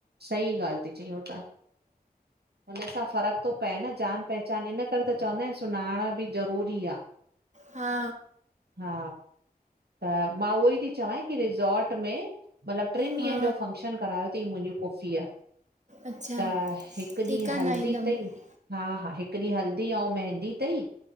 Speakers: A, on the right; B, on the right.
A: सही ॻाल्हि, थी चई ऊहो त हुनसां फ़र्क थो पए, न जान पहचान, इन करे त चवंदा आहिनि, सुञाण बि ज़रूरी आ।
B: हा
A: हा, त मां उहोई ती चंवंइ कि रिजार्ट में, मतलब ट्रिन
B: हा
A: ॾींहंन जो फंक्शन करायो तईं, मुंजी पुफ़ीअ।
B: अच्छा
A: त हिक ॾींह,
B: ठीकु आहे
A: हल्दी
B: न ईंदमि
A: तई। हा हा, हिक ॾींह हल्दी औं मेंहदी तई।